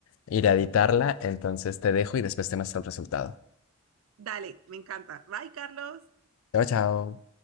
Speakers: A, on the left; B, on the right.
A: iré a editarla, entonces te dejo y después te muestro el resultado.
B: Dale, me encanta. Bye, Carlos.
A: Chao, chao.